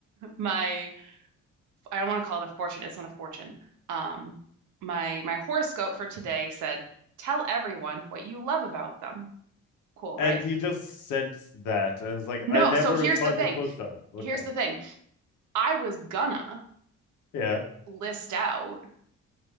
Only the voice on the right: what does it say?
my I don't want to call it a fortune. It's not a fortune. Um, my my horoscope for today said, "Tell everyone what you love about them." Cool,
right?
No,
so here's
the thing.
Here's the thing. I was gonna
list out.